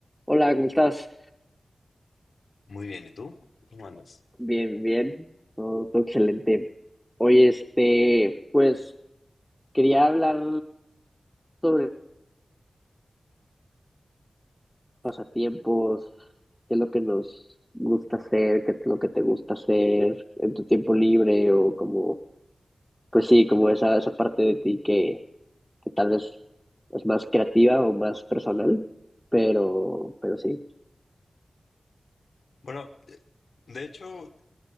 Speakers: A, in the centre; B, on the left.
A: Hola, ¿cómo estás?
B: Muy bien, ¿y tú? ¿Cómo andas?
A: Bien, bien. Todo, todo excelente. Oye, este, pues quería hablar sobre pasatiempos, qué es lo que nos gusta hacer, qué es lo que te gusta hacer en tu tiempo libre o como, pues sí, como esa, esa parte de ti que, que tal vez es más creativa o más personal, pero, pero sí.
B: Bueno, de hecho,